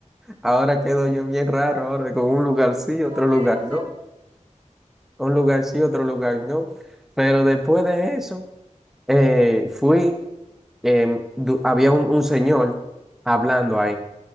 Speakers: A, in the centre; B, on the right (about 70°).
A: ahora quedo yo bien raro, ahora con un lugar sí,
B: No
A: otro
B: te
A: lugar
B: dieron
A: no, un lugar sí, otro lugar no. Pero después de eso, eh, fui, em, du- había un, un señor hablando ahí